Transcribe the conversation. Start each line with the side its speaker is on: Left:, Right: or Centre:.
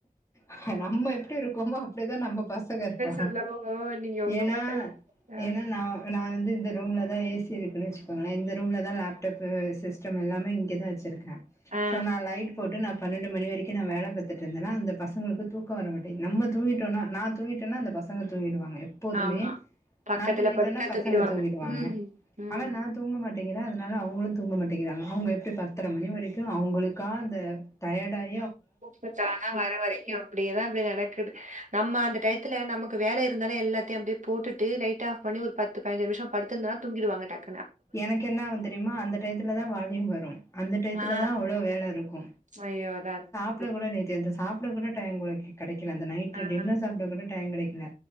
Left: ஆ நம்ம எப்டி இருக்கோமோ அப்டிதா நம்ம பசங்க இருப்பாங்க
Right: சொல்லவு நீங்க உங்க
Left: ஏன்னா
Right: பசங்க ஆ
Left: ஏன்னா நா நா வந்து இந்த ரூம்ல தா ஏ சி இருக்குன்னு வச்சுக்கோங்களே இந்த ரூம்ல தா லேப்டாப்பு சிஸ்டம் எல்லாமே இங்க தா வச்சிருக் கே
Right: ஆ
Left: சோ நா லைட் போட்டு நா பன்னெண்டு மணி வரைக்கு நா வேல பாத்துட்டு இருந்தேனா அந்த பசங்களுக்கு தூக்க வர மாட் நம்ம தூங்கிட்டோனா நா தூங்கிட்டேனா அந்த பசங்க தூங்கிடுவாங்க எப்போதுமே
Right: ஆமா பக்கத்துல
Left: நா தூங்கிட்டேன்னா
Right: படுத்தா
Left: பசங்க
Right: தூக்கிடுவாங்க
Left: தூங்கிடுவாங்க
Right: ம் ம்
Left: ஆனா நா தூங்க மாட் டேக்கிறே அதனால அவங்களு தூங்க மாட்டேங்கிறாங்க அவங்க எப்டி பத்தரை மணி வரைக்கு அவங்களுக்கா அந்த டையர்டாயி
Right: கூப்ட்டு தானா வர வரைக்கு அப்டியேதா அப்டி நடக்குது நம்ம அந்த டையத்துல நமக்கு வேலைய இருந்தாலு எல்லாத்தையு அப்டியே போட்டுட்டு லைட் ஆப் பண்ணி ஒரு பத்து பாஞ்சு நிமிஷ படுத்திருந்தனா தூங்கிடுவாங்க டக்குனு
Left: எனக்கு என்னாவு தெரியுமா அந்த டயத்துலதா வால்யூம் வரு அந்த டையத்துலதா
Right: ஆ
Left: அவ்ளோ வேல இருக்கு
Right: ஐயோ <unintelligible>
Left: சாப்டக்கூட நேத்து அந்த சாப்ட கூட டைம் கடைக்கல அந்த நைட்டு
Right: ஆ
Left: டின்னர் சாப்ட கூட டைம் கடைக்கல